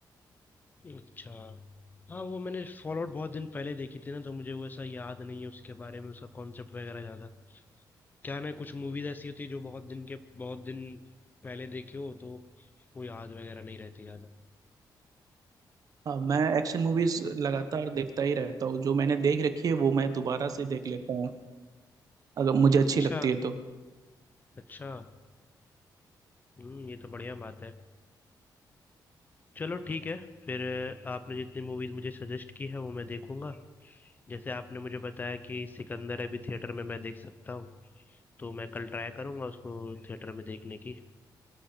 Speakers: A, on the left; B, on the right.
A: अच्छा हाँ वो मैंने फॉलआउट बहुत दिन पहले देखी थी ना तो मुझे वो ऐसा याद नहीं है उसके बारे में उसका कॉन्सेप्ट वगैरह ज्यादा क्या है ना कुछ मूवीज ऐसी होती है जो बहुत दिन के बहुत दिन पहले देखी हो तो वो याद वगैरह नहीं रहती ज्यादा
B: हाँ, मैं एक्शन मूवीज लगातार देखता ही रहता हूँ जो मैंने देख रखी है वो मैं दोबारा से देख लेता हूँ अगर मुझे
A: अच्छा
B: अच्छी लगती है तो
A: अच्छा हम्म ये तो बढ़िया बात है चलो ठीक है फिर अ, आपने जितनी मूवीज मुझे सजेस्ट की है वो मैं देखूंगा जैसे आपने मुझे बताया कि सिकंदर अभी थिएटर में मैं देख सकता हूँ तो मैं कल ट्राई करूंगा उसको थिएटर में देखने की